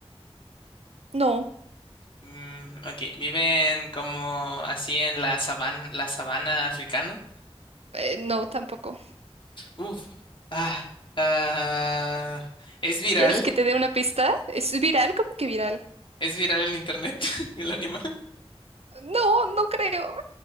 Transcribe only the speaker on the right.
no,
eh, no, tampoco.
¿Quieres que te dé una pista? ¿Es viral? ¿Cómo que viral?
No, no creo.